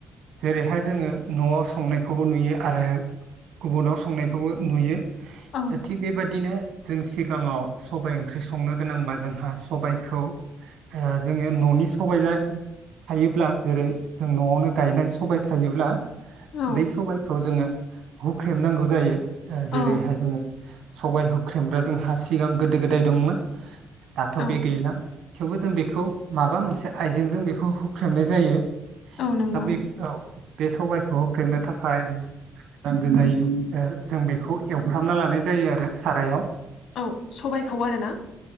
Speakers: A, on the right; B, on the left.
A: जेरै बेहाय जोङो न'आव संनायखौबो नुयो आरो गुबुनाव संनायखौबो नुयो
B: औ
A: थिग बेबादिनो जों सिगाङाव सबाय ओंख्रि संनो गोनांबा जोंहा सबाइखौ जोङो न'नि सबाय थायोब्ला जेरै जों न'आवनो गायनाय सबाय थायोब्ला
B: औ
A: बै सबायखौ जोङो हुख्रेमनांगौ जायो जेरैहाय
B: औ
A: जोङो सबाय हुख्रेमग्रा जोंहा सिगां गोदो गोदाय दंमोन दाथ'
B: औ
A: बे गैला थेवबो जों बेखौ माबा मोनसे आइजेंजों बेखौ हुख्रेमनाय जायो
B: औ नंगौ
A: दा बे औ बे सबायखौ होख्रेमनो थाखाय जों नांगो जायो जों बेखौ एवफ्रामना लानाय जायो आरो सारायाव
B: औ सबायखौ आरोना